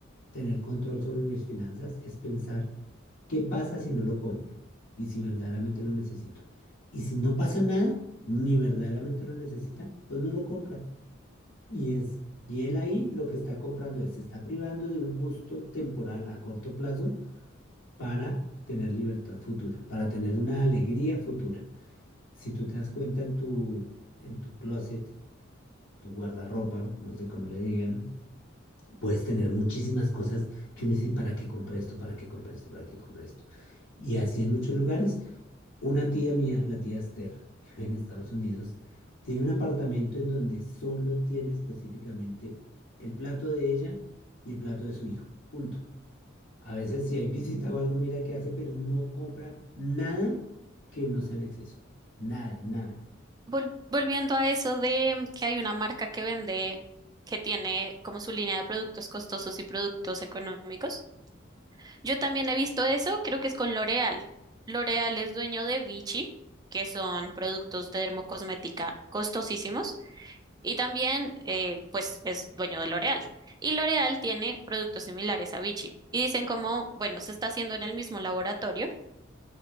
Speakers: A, on the left; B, on the right.
A: tener control sobre mis finanzas es pensar qué pasa si no lo compro y si verdaderamente lo necesito. Y si no pasa nada, ni verdaderamente lo necesita, pues no lo compra. Y es y él ahí lo que está comprando es se está privando de un gusto temporal a corto plazo para tener libertad futura, para tener una alegría futura. Si tú te das cuenta en tu en tu closet, tu guardarropa, no sé cómo le digan, Puedes tener muchísimas cosas que uno dice, ¿para qué compré esto? ¿Para qué compré esto? ¿Para qué compré esto? Y así en muchos lugares. Una tía mía, la tía Esther, que vive en Estados Unidos, tiene un apartamento en donde solo tiene específicamente el plato de ella y el plato de su hijo. Punto. A veces si hay visita o algo, mira qué hace, pero no compra nada que no sea en exceso. Nada, nada.
B: Vol- volviendo a eso de que hay una marca que vende, que tiene como su línea de productos costosos y productos económicos. Yo también he visto eso, creo que es con L'Oréal. L'Oréal es dueño de Vichy, que son productos de dermocosmética costosísimos, y también eh, pues es dueño de L'Oréal. Y L'Oréal tiene productos similares a Vichy. Y dicen como, bueno, se está haciendo en el mismo laboratorio,